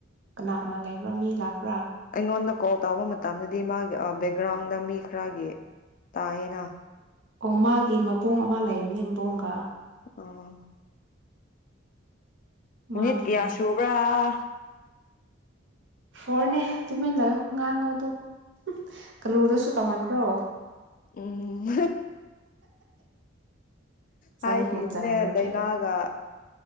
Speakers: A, on the right; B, on the left.
A: ꯀꯅꯥ ꯀꯅꯥ ꯂꯩꯕ꯭ꯔꯥ ꯃꯤ ꯂꯥꯛꯄ꯭ꯔꯥ
B: ꯑꯩꯉꯣꯟꯗ ꯀꯣꯜ ꯇꯧꯕ ꯃꯇꯝꯗꯗꯤ ꯃꯥꯒꯤ ꯕꯦꯛꯒ꯭ꯔꯥꯎꯟꯗ ꯃꯤ ꯈꯔꯒꯤ ꯇꯥꯏꯌꯦꯅ
A: ꯑꯣ ꯃꯥꯒꯤ ꯃꯕꯨꯡ ꯑꯃ ꯂꯩꯕꯅꯤ ꯏꯕꯣꯡꯒ
B: ꯑ
A: ꯃꯥꯒꯤ
B: ꯅꯤꯠ ꯀꯌꯥ ꯁꯨꯨꯕ꯭ꯔꯥ <inaudible>
A: ꯍꯣꯔꯅꯦ ꯇꯨꯝꯃꯤꯜꯂꯣ ꯉꯥꯡꯉꯣ ꯑꯗꯨꯝ ꯀꯥꯜꯂꯨꯗꯁꯨ ꯇꯧꯍꯟꯈ꯭ꯔꯣ
B: ꯎꯝ
A: ꯆꯪꯕꯨ
B: ꯍꯥꯏꯈꯤꯕꯅꯦ
A: ꯆꯪꯔꯗꯤ
B: ꯗꯥꯏꯅꯥꯒ